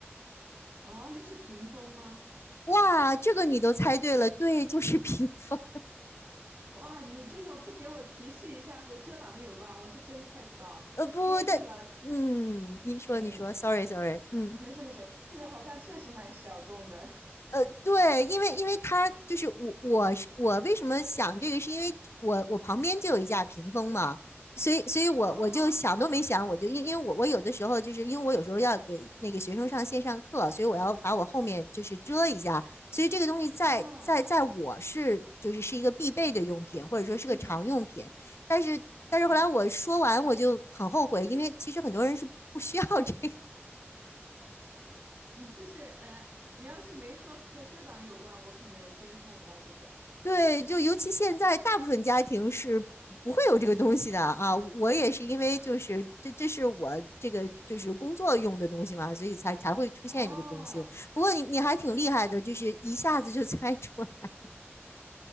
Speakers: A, on the right; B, on the left.
A: 哦，那是屏风吗？
B: 哇，这个你都猜对了，对，就是 <laughs> 屏风。
A: 哇，你这个不给我提示一下和遮挡有关，我是真猜不到，
B: 呃，不，
A: 因为这个，
B: 但嗯，你说你说，sorry
A: 嗯，这
B: sorry，嗯。
A: 没事没事，这个好像确实蛮小众的。
B: 呃，对，因为因为他就是我，我是我为什么想这个，是因为我我旁边就有一架屏风嘛，所以所以我我就想都没想，
A: 啊啊
B: 我就因因为我我有的时候就是因为我有时候要给那个学生上线上课，所以我要把我后面就是遮一下，所以这个东西在在在我是就是是一个必备的用品，
A: 啊，
B: 或者说是个常用品，
A: 嗯
B: 但是但是后来我说完我就很后悔，
A: 嗯。
B: 因为其实很多人是不需要这
A: 你就是呃，你要是没说和遮挡有关，我可能真猜不到这个
B: 对，就尤其现在大部分家庭是不会有这个东西的啊。我也是因为就是这这是我这个就是工作用的东西嘛，所以才才会出现这个东西。
A: 哦。
B: 不过你你还挺厉害的，就是一下子就 <laughs> 猜出来